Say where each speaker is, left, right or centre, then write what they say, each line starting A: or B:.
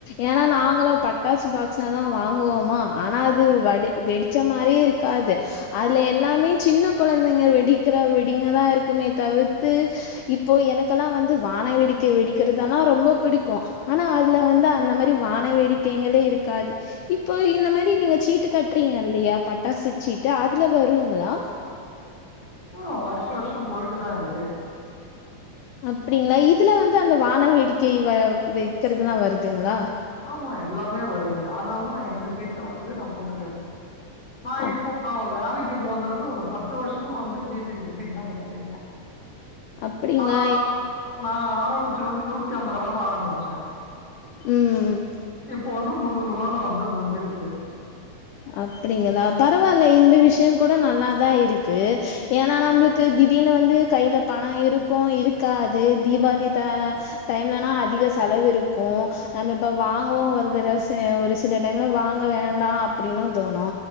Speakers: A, on the left (about 80°); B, on the left (about 25°).
A: ஏன்னா நாங்களு பட்டாசு பாக்ஸாதா வாங்குவோம ஆனா அது வடி வெடி ச்ச மாரியே இருக்காது அதுல எல்லாமே சின்ன கொழந்தைங்க வெடிக்கிற வெடிங்கதா இருக்குமே தவித்து இப் இப்போ எனக்கெல்லா வந்து வான வெடிக்கை வெடிக்கிறதெல்லா ரொம்ப பிடிக்கு ஆனா அதுல வந்து அந்த மாரி வான வேடிக்கைகளே இருக்காது இப்போ இந்த மாரி நீங்க சீட்டு கட்டுறீங்க இல்லியா பட்டாசு சீட்டு அதுல வருங்ளா
B: ஆ வருஷ வருஷோ போயிட்டு தா இருக்கு
A: அப்டிங்களா இதுல வந்து அந்த வான வேடிக்கை வ வைக்கிறது எல்லா வருதுங்ளா
B: ஆமா எல்லாமே வருது அதனாலதா நா இந்த சீட்ட வந்து நா போட்டுட்டே இருக்க நா
A: ஆ
B: இப்போ வேலைக்கு போறதுல ஒரு பத்து வருஷமா வந்து சீட்டு் இந்த சீட் தா கட்டிட்டு இருக்கே
A: அப்டிங்களா
B: ஆ நா ஆரம்பிச்சிருவனா நூத்தி ஐம்பரூவால ஆரம்பிச்சே
A: ம்
B: இப்ப வந்து முன்னூறு ரூவால வந்து முடிஞ்சிருது
A: அப்டிங்களா பரவால இந்த விஷயோ கூட நல்லாதா இருக்கு ஏன்னா நம்மளுக்கு தி திடீர்னு வந்து கையில பனோ இருக்கு இருக்காது தீபாளி தா டைம்லனா அதிக செலவு இருக்கு நம்ம இப்ப வாங்குவோ ஒரு தடவ சே ஒரு சில டைம்ல வாங்க வேண்டா அப்டின்னு தோனு